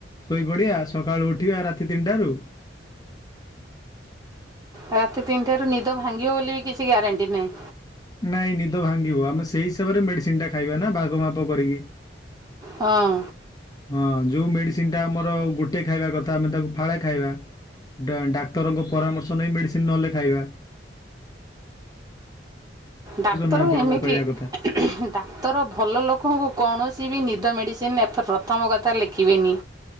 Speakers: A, on the left; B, on the right.
A: ଶୋଇପଡିବା ସକାଳୁ ଉଠିବା ରାତି ତିନିଟାରୁ
B: ରାତି ତିନିଟାରୁ ନିଦ ଭାଙ୍ଗିବ ବୋଲି ବି କିଛି ଗ୍ୟାରେଣ୍ଟି ନାହିଁ।
A: ନାଇଁ ନିଦ ଭାଙ୍ଗିବ ଆମେ ସେଇ ହିସାବରେ ମେଡିସିନ ଟା ଖାଇବା ନା ଭାଘ ମାପ କରିକି
B: ହଁ।
A: ହଁ ଯୋଉ ମେଡିସିନ ଟା ଆମର ଗୋଟେ ଖାଇବା କଥା ଆମେ ତାକୁ ଫାଳେ ଖାଇବା ଡା ଡାକ୍ତରଙ୍କ ପରାମର୍ଶ ନେଇ ମେଡିସିନ ନହେଲେ ଖାଇବା। <inaudible>
B: ଡାକ୍ତର
A: ନା ଆପଣ
B: ଏମିତି
A: ମୋ କହିବା କଥା।
B: ଡାକ୍ତର ଭଲ ଲୋକଙ୍କୁ କୌଣସି କିଛି ବି ନିଦ ମେଡ଼ିସିନ୍ ଏ ପ୍ରଥମ କଥା ଲେଖିବେନି।